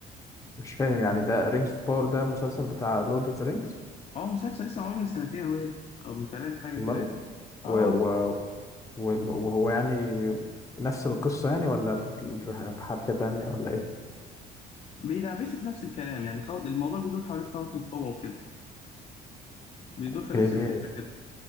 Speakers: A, on the left (about 20°); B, on the left (about 35°).
A: مش فاهم يعني ده رينجز اوف باور ده مسلسل بتاع لورد اوف ذا رينجز
B: اه مسلسل لسه معمول من سنتين اهو يا ابني، او من ثلاثة حاجة
A: والله
B: كده يعني. اه
A: و... و...
B: آه.
A: وال- وهو يعني نفس القصة يعني ولا ب- بحبكة تانية ولا ايه
B: بيدعبسوا في نفس الكلام يعني خو... الموضوع بيدور حوالين خواتم قوة وكده بيدور
A: اوكي
B: في نفس الفكرة كده